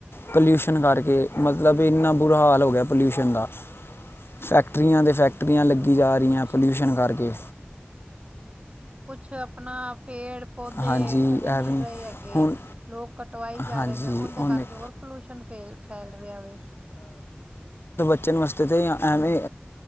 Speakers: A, on the left; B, on the right.
A: ਪੋਲਿਊਸ਼ਨ ਕਰਕੇ
B: ਬਿਲਕੁਲ
A: ਮਤਲਬ ਇੰਨਾ ਬੁਰਾ ਹਾਲ ਹੋ ਗਿਆ। ਪੋਲਿਊਸ਼ਨ ਦਾ ਫੇਕਟ ਫੈਕਟਰੀਆਂ ਦੇ ਫੈਕਟਰੀਆਂ
B: ਬਹੁਤ
A: ਲੱਗੀ ਜਾ ਰਹੀਆਂ
B: ਕੁਛ
A: ਪੋਲਿਊਸ਼ਨ ਕਰਕੇ
B: ਛ ਆਪਣਾ ਪੇੜ ਪੌਦੇ
A: ਹਾਂਜੀ
B: ਇਹ ਵੀ ਨਹੀਂ
A: ਐਵੇਂ
B: ਰਹੇ ਅੱਗੇ
A: ਹੁਣ
B: ਲੋਕ ਕਟਵਾਈ ਜਾ
A: ਹਾਂਜੀ
B: ਰਹੇ ਨੇ ਉਹਦੇ
A: ਉਹਨੇ
B: ਕਰਕੇ ਹੋਰ ਪੋਲਿਊਸ਼ਨ ਫੇਲ ਫੈਲ ਰਿਹਾ ਵੇ
A: ਬੱਚੇ ਨਮਸਤੇ ਤੇ ਜਾਂ ਐਵੇਂ